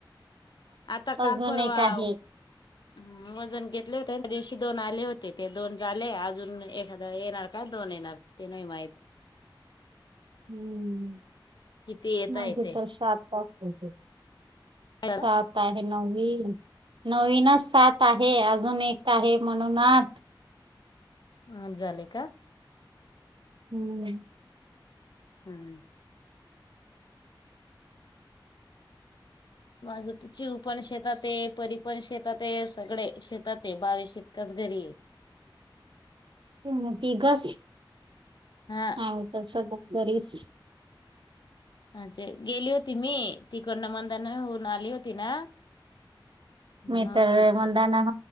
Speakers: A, on the left (about 60°); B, on the right (about 80°).
A: आता काल
B: अजून
A: परवा
B: एक आहे
A: ओ. हम् वजन घेतले होते. आणि त्या दिवशी दोन आले होते. ते दोन झाले अजून एखादा येणार का, दोन येणार ते नाही माहित.
B: हम्म
A: किती येता
B: मागे
A: येते
B: तर सात पााच <inaudible> सात
A: आठ
B: आहे नवी. नवीनच सात आहे. अजून एक आहे म्हणूनात
A: ह झाले का.
B: हम.
A: हम्म माझ तू चिव पण शेतात ए परी पण शेतात ए सगळे शेतात ए बाळ शेत कस घरी
B: तुम्ही तघस,
A: हा
B: आहोत अस तरीस
A: अजे गेली होती मी तिकडन मंदान होऊन आली होती ना मग
B: मीथर मंदना